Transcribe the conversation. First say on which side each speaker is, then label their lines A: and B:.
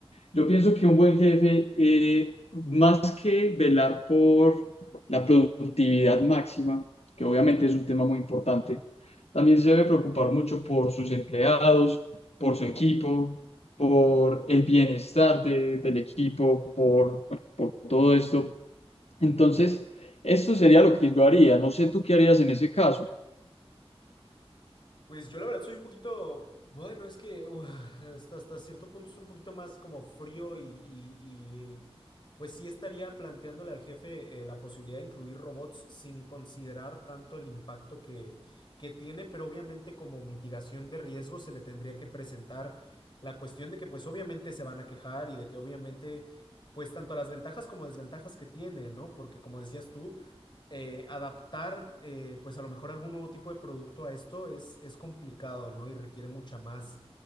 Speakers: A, on the left (about 85°); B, on the left (about 45°).
A: Yo pienso que un buen jefe, eh, más que velar por la productividad máxima, que obviamente es un tema muy importante, también se debe preocupar mucho por sus empleados, por su equipo, por el bienestar de- del equipo, por, bueno, por todo esto entonces, esto sería lo que yo haría. No sé tú qué harías en ese caso.
B: Pues yo la verdad soy un poquito, bueno, es que uf, hasta, hasta cierto punto es un poquito más como frío y, y- y, pues sí estaría planteándole al jefe eh, la posibilidad de incluir robots sin considerar tanto el impacto que, que tiene, pero obviamente como mitigación de riesgo se le tendría que presentar la cuestión de que pues obviamente se van a quejar y de que obviamente pues tanto las ventajas como desventajas que tiene, ¿no? Porque como decías tú, eh, adaptar, eh, pues a lo mejor algún nuevo tipo de producto a esto es, es complicado, ¿no? Y requiere mucha más,